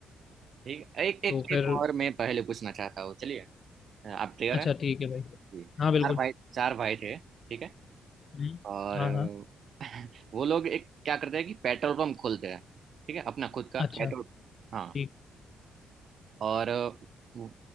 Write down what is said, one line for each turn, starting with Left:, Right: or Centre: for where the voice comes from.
Right: ठीक है एक एक
Left: तो फिर
Right: एक और मैं पहले पूछना चाहता हूँ चलिए आप तैयार
Left: अच्छा
Right: हैं
Left: ठीक है भाई
Right: जी चार
Left: हाँ बिल्कुल
Right: भाई चार भाई थे ठीक है
Left: हम्म,
Right: और
Left: हाँ हाँ
Right: <laughs> वो लोग एक क्या करते हैं कि पेट्रोल पंप खोलते हैं ठीक है अपना खुद का
Left: अच्छा
Right: पेट्रोल हाँ
Left: ठीक
Right: और वो